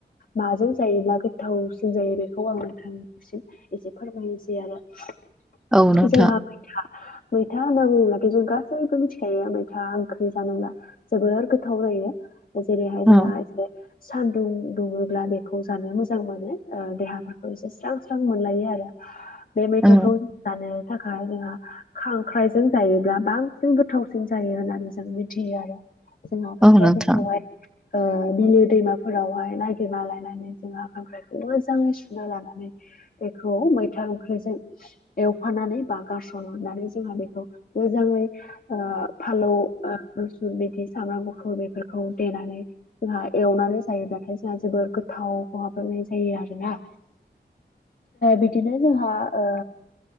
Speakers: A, on the left; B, in the centre.
A: माजों जायोब्ला गोथावसिन जायो बेखौ आं नोंथांनिसिम एसे फोरमायनोसै आरो। जोंहाबै
B: औ नोंथां
A: दा मैथा होनना बुङोब्लाथ' जों गासैबो मिथिखायो मैथा ओंख्रि जानोब्ला जोबोर गोथाव जा यो जेरैहाय
B: औ
A: जोंहा जे सानदुं दुंङोब्ला बेखौ जानो मोजां मोनो देहाफोरखौ एसे स्रां स्रां मोनलायो आरो। बे मैथाखौ
B: औ
A: जानो थाखाय जोंहा खांख्राइजों जायोब्ला बांसिन गोथावसिन जायो होननानै जों मिथियो आरो जोंहा खांख्रायफोरखौहाय
B: औ नोंथां
A: ओ बिलो दैमाफोरावहाय नागिरना लायनानै जोंङो खांख्रायखौ मोजाङै सुना लानानै बेखौ मैथा ओं ख्रिजों एवफानानै बा गारसननानै जोंहा बेखौ मोजाङै ओ फालौओ बिदि सामब्राम गुफुर बेफोरखौ देनानै जोंहा एवनानै जायोब्लाथाय जोंहा जोबोर गोथाव खहाबनाय जायो आरोना बिदिनो जोंहा ओ